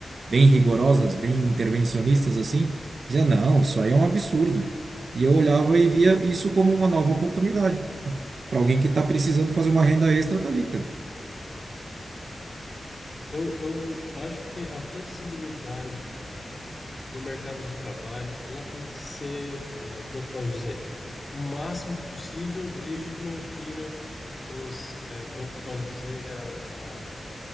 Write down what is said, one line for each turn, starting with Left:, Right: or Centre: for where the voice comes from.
Right: bem rigorosas, bem intervencionistas assim, dizia, não, isso aí é um absurdo. E eu olhava e via isso como uma nova oportunidade para alguém que está precisando fazer uma renda extra, tá ali, cara.
Left: Eu, eu acho que a flexibilidade no mercado de trabalho, ela tem que ser, é, como é que eu posso dizer? O máximo possível, desde que não fira os, é, como é que eu posso dizer, a, a,